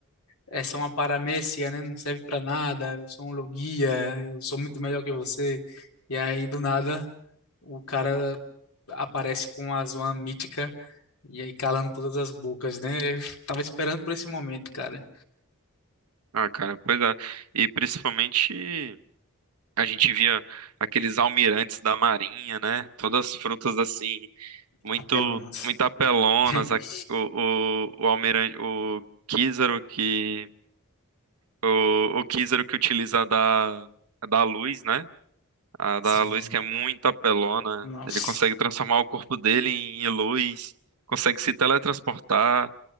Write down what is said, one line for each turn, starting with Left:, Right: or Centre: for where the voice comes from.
Left: é só uma paramécia né? Não serve para nada, eu sou um logia, eu sou muito melhor que você. E aí, do nada, o cara aparece com a Zoan mítica e aí calando todas as bocas, né? Eu tava esperando por esse momento, cara.
Right: Ah, cara, pois é. E principalmente a gente via aqueles almirantes da Marinha, né? Todas as frutas assim, muito,
Left: Apelonas.
Right: muito apelonas.
Left: <laughs>
Right: A- o, o, o almirante, o Kizaru que, o, o Kizaru que utiliza a da, a da luz, né? A
Left: Sim.
Right: da luz que é muito apelona.
Left: Nossa.
Right: Ele consegue transformar o corpo dele em luz, consegue se teletransportar.